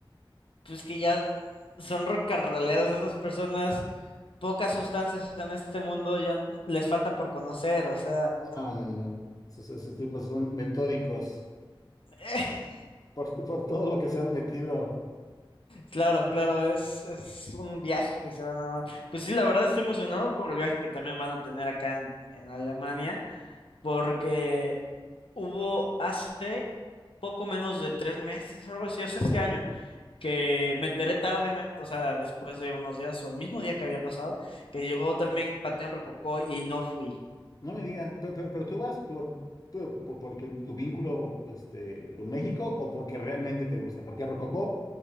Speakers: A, on the left (about 80°); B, on the left (about 40°).
A: pues que ya son rock and rolleros esas personas. Pocas sustancias en este mundo ya n- les falta por conocer, o sea,
B: No, no, no, esos, esos tipos son metódicos.
A: <laughs>
B: por, por todo lo que se han metido.
A: Claro, claro, es, es un viaje que se van a dar. Pues sí, la verdad estoy emocionado por el viaje que también van a tener acá en, en Alemania, porque hubo hace poco menos de tres meses o algo así, o sea, este año, que me enteré tardemente, o sea, después de unos días o el mismo día que había pasado, que llegó también Panteón Rococó y no fui.
B: No me digas, pero, pero- pero tú vas por, por, por- por tu, tu vínculo este, con México o porque realmente te gusta. Porque Rococó,